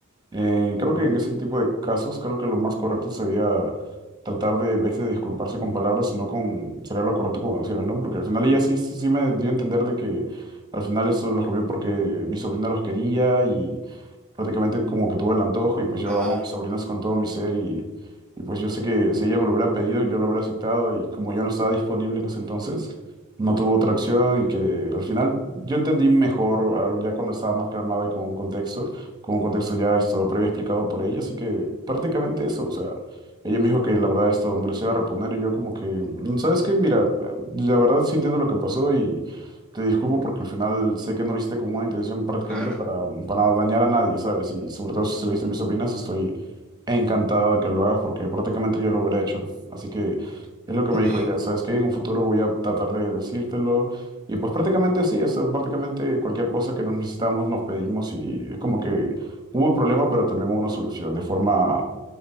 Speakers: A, on the right; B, in the centre.
A: Eh, creo
B: Ujú,
A: que en ese tipo de casos, creo que lo más correcto sería tratar de, en vez de disculparse con palabras, sino con, sería lo correcto con acciones, ¿no? Porque al final ella sí, sí me dio a entender de que al final eso los comió porque mi sobrina los quería prácticamente como que tuve el antojo y pues yo
B: No,
A: amo a mis
B: no,
A: sobrinos con todo mi ser y, y pues yo sé que si ella me lo hubiera pedido, yo lo hubiera aceptado y como yo no estaba disponible en ese entonces, no tuvo otra
B: ujú,
A: opción y que al final yo entendí mejor ah, ya cuando estaba más calmado y con un contexto, con un contexto ya esto previo explicado por ella, así que prácticamente eso, o sea, ella me dijo que la verdad esto me lo iba a reponer y yo como que, "Mm, ¿sabes qué? Mira, la verdad sí entiendo lo que pasó y... Te disculpo porque al final sé que no lo hiciste con una intención prácticamente
B: claro.
A: para, para dañar a nadie, ¿sabes? Y sobre todo si se
B: ujú.
A: lo diste a mis sobrinas, estoy encantado de que lo hagas porque prácticamente yo lo hubiera hecho. Así que es lo que me dijo
B: Sí.
A: ella, ¿sabes qué? En un futuro voy a tratar de decírtelo. Y pues prácticamente así, es prácticamente cualquier cosa que nos necesitamos, nos pedimos y es como que hubo un problema, pero también hubo una solución de forma,